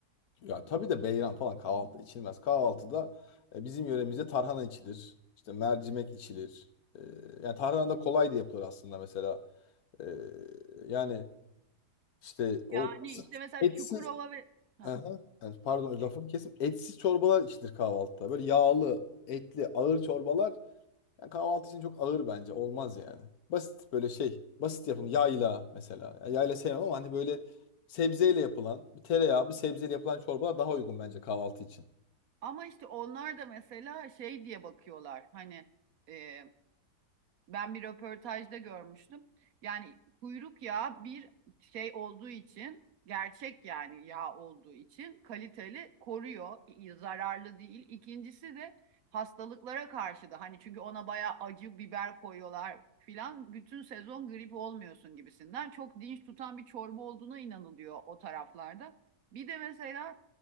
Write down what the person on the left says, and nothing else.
Ya tabii de beyran falan kahvaltı içilmez. Kahvaltıda e, bizim yöremizde tarhana içilir. İşte mercimek içilir. E, yani tarhana da kolay da yapılır aslında mesela. E, yani işte o
etsiz
Aha, yani pardon
lafımı kesim. Etsiz çorbalar içilir kahvaltıda. Böyle yağlı, etli, ağır çorbalar yani kahvaltı için çok ağır bence. Olmaz yani. Basit böyle şey. Basit yapım yayla mesela. Yani yayla sevmem ama hani böyle sebzeyle yapılan, bir tereyağı, bir sebzeyle yapılan çorbalar daha uygun bence kahvaltı için.